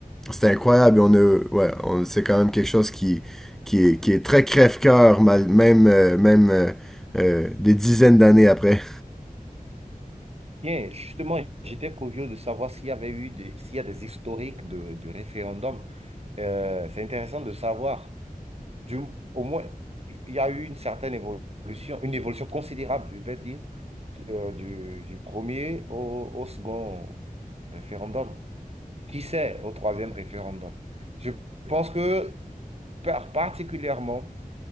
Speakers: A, in the centre; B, on the right.
A: c'est incroyable. On a, ouais, on, c'est quand même quelque chose qui, qui est, qui est très crève-cœur, mal- même, euh, même euh, euh, des dizaines d'années après.
B: Bien, justement, j'étais curieux de savoir s'il y avait eu des, s'il y a des historiques de, de référendums. Euh, c'est intéressant de savoir. du, au moins, il y a eu une certaine évolution, une évolution considérable, je vais dire, euh, du, du premier au, au second référendum. Qui sait au troisième référendum? Je pense que, par- particulièrement,